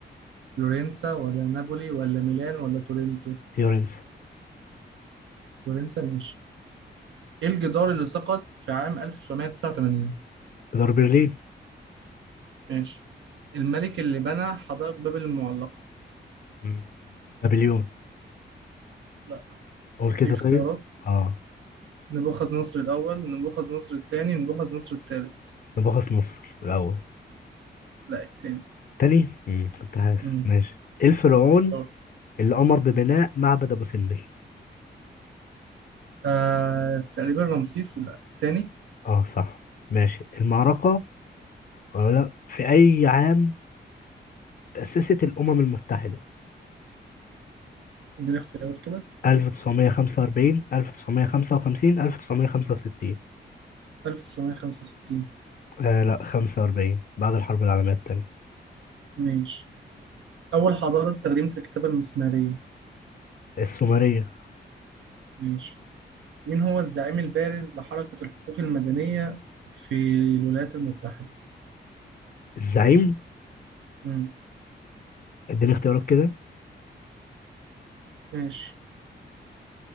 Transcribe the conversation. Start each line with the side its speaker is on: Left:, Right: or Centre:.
Right: فلورنسا ولا نابولي ولا ميلان ولا تورنتو
Left: يورينس
Right: فلورنسا ماشي ايه الجدار اللي سقط في عام 1989
Left: دار برلين
Right: ماشي الملك اللي بنى حدائق بابل المعلقة
Left: مم. نابليون
Right: لا
Left: قول كده
Right: دي اختيارات
Left: طيب اه
Right: نبوخذ نصر الأول نبوخذ نصر الثاني نبوخذ نصر الثالث
Left: نبخس مصر الاول
Right: لا الثاني
Left: تاني مم. كنت حاسس
Right: امم
Left: ماشي إيه الفرعون
Right: دور
Left: اللي امر ببناء معبد ابو سمبل
Right: آه تقريبا رمسيس لا الثاني
Left: اه صح ماشي المعركة ولا لا في اي عام تأسست الامم المتحدة
Right: اديني اختيارات كده
Left: 1945 1955 1965
Right: 1965
Left: آه لا 45 بعد الحرب العالمية التانية
Right: ماشي أول حضارة استخدمت الكتابة المسمارية
Left: السومرية
Right: ماشي مين هو الزعيم البارز لحركة الحقوق المدنية في الولايات المتحدة؟
Left: الزعيم
Right: مم.
Left: اديني اختيارات كده
Right: ماشي